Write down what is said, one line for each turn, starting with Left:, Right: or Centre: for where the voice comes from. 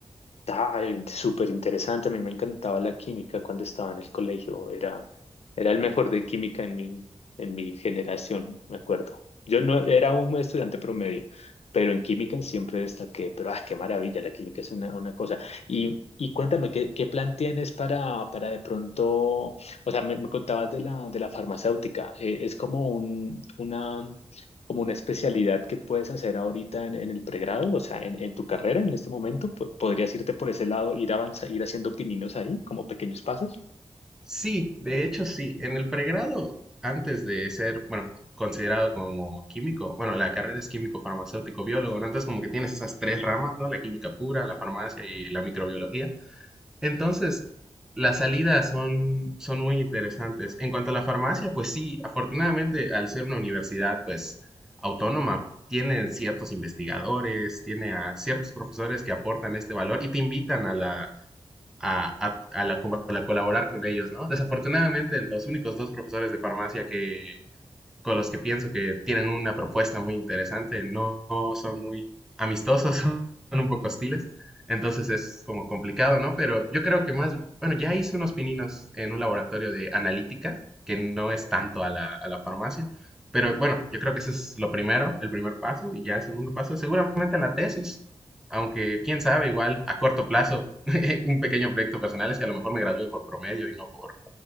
Left: Ay, súper interesante. A mí me encantaba la química cuando estaba en el colegio. Era, era el mejor de química en mi, en mi generación, me acuerdo. Yo no era un estudiante promedio, pero en química siempre destaqué. Pero ah, qué maravilla, la química es una, una cosa. Y, y cuéntame, ¿qué, qué plan tienes para, para de pronto? O sea, me, me contabas de la, de la farmacéutica. Eh, es como un, una como una especialidad que puedes hacer ahorita en, en el pregrado, o sea, en, en tu carrera en este momento, po- podrías irte por ese lado, ir avanza, ir haciendo pininos ahí, como pequeños pasos.
Centre: Sí, de hecho sí, en el pregrado, antes de ser, bueno, considerado como químico, bueno, la carrera es químico farmacéutico biólogo, ¿no? Entonces como que tienes esas tres ramas, ¿no? La química pura, la farmacia y la microbiología. Entonces, las salidas son, son muy interesantes. En cuanto a la farmacia, pues sí, afortunadamente al ser una universidad, pues autónoma, tiene ciertos investigadores, tiene a ciertos profesores que aportan este valor y te invitan a la, a, a- a la co- a la colaborar con ellos, ¿no? Desafortunadamente, los únicos dos profesores de farmacia que, con los que pienso que tienen una propuesta muy interesante, no son muy amistosos, <laughs> son un poco hostiles, entonces es como complicado, ¿no? Pero yo creo que más, bueno, ya hice unos pininos en un laboratorio de analítica, que no es tanto a la, a la farmacia, pero bueno, yo creo que eso es lo primero, el primer paso, y ya el segundo paso, seguramente la tesis, aunque quién sabe, igual a corto plazo, <laughs> un pequeño proyecto personal es que a lo mejor me gradúe por promedio y no por,